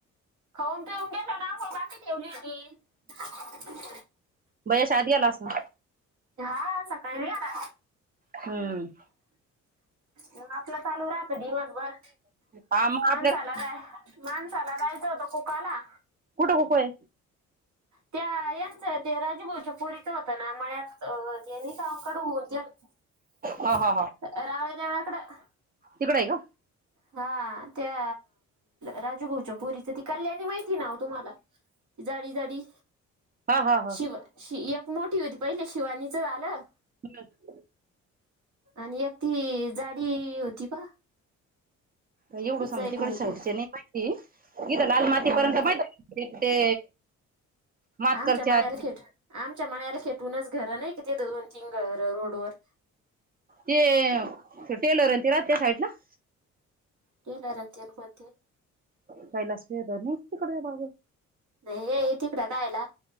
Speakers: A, on the right; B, on the right.
A: खाऊन पिऊन पेऊन गेल ना म आंघोळ घातलीय ठेवली ती
B: भया शाळत गेलास ना
A: हा सकाळी याला
B: हम्म.
A: मग आपलं चालू राहतं दिवनभर
B: हा मग
A: माणसाला
B: आपल्या
A: काय माणसाला जायचं होत खूप काला
B: कुठं गोकुळे?
A: त्या यांचं ते राजभाऊच्या पुरीच होतं ना मळ्यात. अ जेनी कावकड ज
B: हा
A: <unintelligible>
B: हा
A: रावळ्या देवळा कडं.
B: तीकड आहे का?
A: हा त्या राजूभाऊच्या पुरीच ति कल्याणी माहिती नाहो तुम्हाला? जाडी, जाडी
B: हा हा हा
A: शिव शि एक मोठी होती पहिले शिवानीच झालं.
B: हम् <unintelligible>
A: आणि एक ती जाडी होती पा?
B: एवढं
A: तिचं
B: सांगू
A: आहे
B: तिकडे
A: कुंकू
B: साईडच्या नाही माहिती इथ लाल
A: हम्म
B: माती पर्यंत माहिती ते मातकरच्या
A: आमच्या माळ्याला
B: ते
A: खेट आमच्या माळ्याला खेटूनच घर नाही किती दोन, तीन रोड वर.
B: ते टेलर अन ते राहते त्या साईड ला?
A: टेलर अन ते न कोणते?
B: कैलास टेलर नाही का तिकड भाऊ?
A: नाही हे हे तिकडं कायला?